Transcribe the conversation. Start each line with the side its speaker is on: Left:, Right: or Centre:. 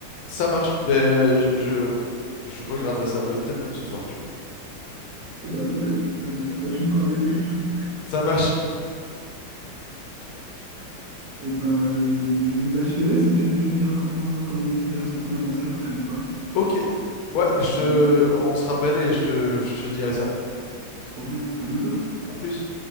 Left: Ça marche. Ben je, je, je regarderai ça. Ben, peut-être même ce soir, tu vois.
Right: Et bah, trop bien, ça fait plaisir. Bah, tu me feras un débrief du coup.
Left: <laughs> Ça marche.
Right: Et ben euh, du... bah, je te laisse et tu, tu me diras comment, comment tu me diras ce que tu en as pensé la prochaine fois.
Left: Ok. Ouais, je
Right: Ah
Left: te-
Right: bien,
Left: on se rappelle et je te, je te dirai ça.
Right: trop bien. À bientôt.
Left: À plus.